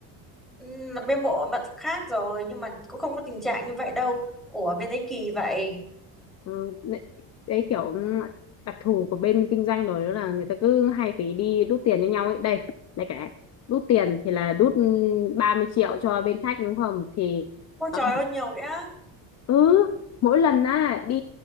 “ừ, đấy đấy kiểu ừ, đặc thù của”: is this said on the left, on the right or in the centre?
Left